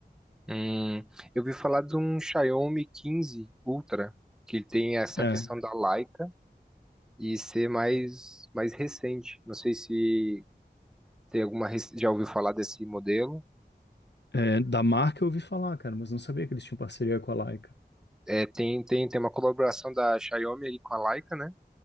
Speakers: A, in the centre; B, on the left (about 80°).
A: Hum, eu vi falar de um Xiaomi quinze Ultra, que ele tem essa
B: É,
A: questão da Leica e ser mais, mais recente. Não sei se tem alguma, rec- já ouviu falar desse modelo.
B: é, da marca eu ouvi falar, cara, mas não sabia que eles tinham parceria com a Leica.
A: É, tem, tem, tem uma colaboração da Xiaomi ali com a Leica, né?